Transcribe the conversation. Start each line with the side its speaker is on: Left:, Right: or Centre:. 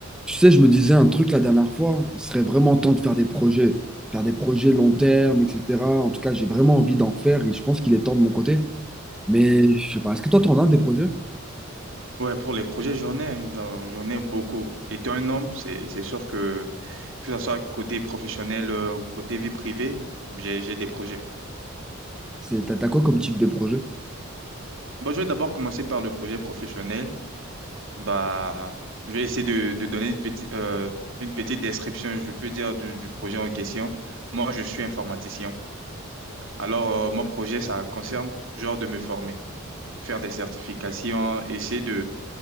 Centre: Tu sais, je me disais un truc la dernière fois, il serait vraiment temps de faire des projets, faire des projets long terme, etc. En tout cas, j'ai vraiment envie d'en faire et je pense qu'il est temps de mon côté. Mais je sais pas, est-ce que toi, t'en as des projets?
Right: Ouais, pour les projets, j'en ai, hein, j'en j'en ai beaucoup. Étant un homme, c'est c'est sûr que que ce soit côté professionnel euh, ou côté vie privée, j'ai j'ai des projets.
Centre: C'est, t'as t'as quoi comme type de projet?
Right: Bon, je vais d'abord commencer par le projet professionnel. Bah, je vais essayer de, de donner une petite euh, une petite description, je peux dire du, du projet en question. Moi, je suis informaticien. Alors, euh, mon projet, ça concerne genre de me former, faire des certifications, essayer